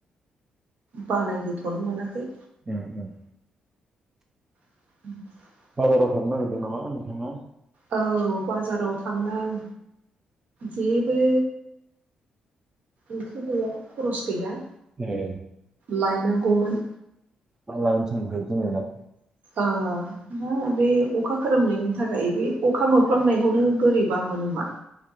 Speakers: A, on the right; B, on the right.
A: बानायहोथ'नो मोनाखै
B: उम उम
A: <unintelligible>
B: बाजाराव थांनो नागिरदों नामा नोंथांङा
A: औ बाजाराव थांनाय जेबो ओंख्रि गैया खरस गैया
B: ए
A: लायनांगौमोन।
B: मा लायनो थांगोन जेनबा?
A: ओ ना बे अखा खोरोमनायनि थाखाय बे अखा मोफ्लामनायखौनो बोरैबा मोनोमा।